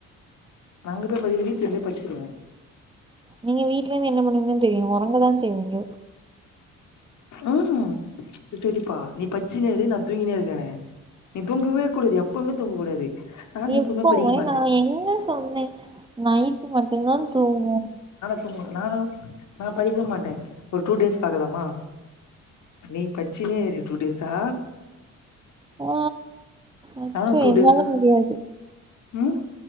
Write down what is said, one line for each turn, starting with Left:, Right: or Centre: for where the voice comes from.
Left: நா அங்க போய் படித வீட்லந்தே பச்சிருவே
Right: நீங்க வீட்லந்து என்ன பண்ணுவீங்கன் தெரியு ஒரங்க தா செய்வீங்கோ
Left: ம் ம் அது செரிப்பா நீ பச்சினேரு நா தூங்கினே இருக்கறே நீ தூங்கவே கூடாது எப்புமே தூங்க கூடாது நானு எப்பவுமே
Right: எப்பவமே
Left: படிக்க மாட்டே
Right: நா என்ன சொன்னே நைட்டு மட்டுதா தூங்கோ
Left: தூங்வ நானோ நா படிக்கவேமாட்டே ஒர் டூ டேஸ் பாக்கலாமா நீ பச்சினேரு டூ டேஸா
Right: ஓ அச்சோ
Left: நானு டூ
Right: என்னால
Left: டேஸா
Right: முடியாது
Left: ம்